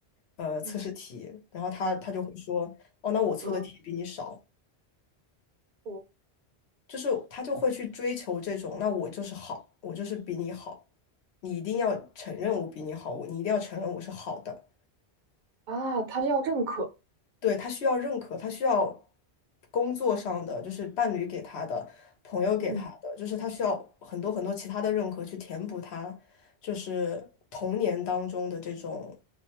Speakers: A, on the left (about 75°); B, on the right (about 55°).
A: 呃测试题，
B: 嗯
A: 然后她她就会说，哦，那我错的题比你少，
B: 嗯，我
A: 就是她就会去追求这种，那我就是好，我就是比你好，你一定要承认我比你好，我你一定要承认我是好的。
B: 啊，他要认可，
A: 对，他需要认可，他需要工作上的，就是伴侣给他的，朋友给他的，
B: 嗯，
A: 就是他需要很多很多其他的认可去填补他，就是童年当中的这种，